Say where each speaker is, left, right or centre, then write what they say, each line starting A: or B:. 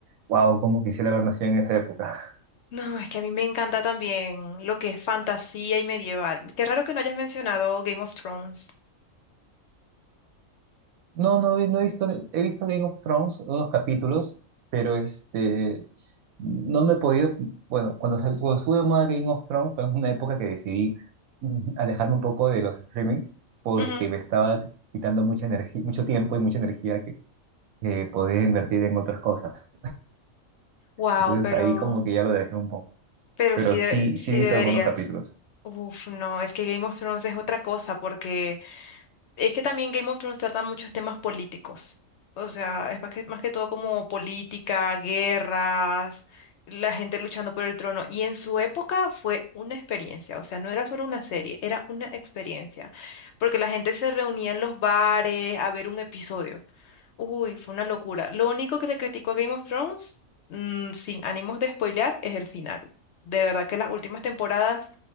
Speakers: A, on the right; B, on the left.
A: wow, cómo quisiera haber nacido en esa época.
B: No, es que a mí me encanta también lo que es fantasía y medieval. Qué raro que no hayas mencionado Game of Thrones.
A: No, no, vi- no he visto, he visto Game of Thrones, unos capítulos, pero este, no me he podido, bueno, cuando, sal- cuando estuve de moda Game of Thrones fue en una época que decidí mm, alejarme un poco de los streaming porque
B: Ujú.
A: me estaba quitando mucha energía, mucho tiempo y mucha energía que, que podía invertir en otras cosas.
B: Wow,
A: Entonces
B: pero,
A: ahí como que ya lo dejé un poco,
B: pero
A: pero
B: sí, de-
A: sí,
B: sí
A: sí he visto
B: deberías.
A: algunos capítulos.
B: Uf, no, es que Game of Thrones es otra cosa porque... Es que también Game of Thrones trata muchos temas políticos. O sea, es más que, más que todo como política, guerras, la gente luchando por el trono. Y en su época fue una experiencia. O sea, no era solo una serie, era una experiencia. Porque la gente se reunía en los bares a ver un episodio. Uy, fue una locura. Lo único que le critico a Game of Thrones, mm, sin ánimos de spoilear, es el final. De verdad que las últimas temporadas,